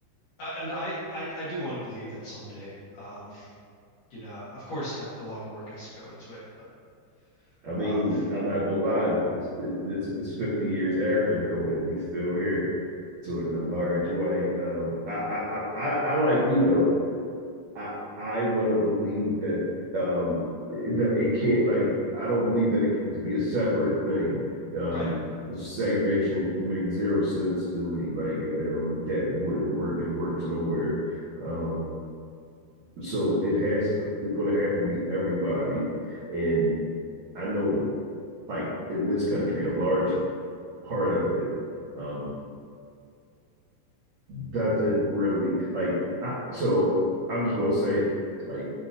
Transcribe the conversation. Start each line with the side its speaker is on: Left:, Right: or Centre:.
Left: uh, and I, I, I do want to believe that someday, um, you know, of course, has- a lot of work has to go into it, but
Right: I mean,
Left: um,
Right: I'm not gonna lie. It's, it's it's 50 years after him, and we still here to it in a large way. Um, I I I, I like you though I I want to believe that um that it can't like I don't believe that it could just be a separate thing. Um,
Left: Right.
Right: segregation makes zero sense to me. Like um, that wouldn't work. It works nowhere. Um, so it has to, it's going to have to be everybody. And I know, like in this country, a large part of it um, doesn't really like. I, so I'm just gonna say, like,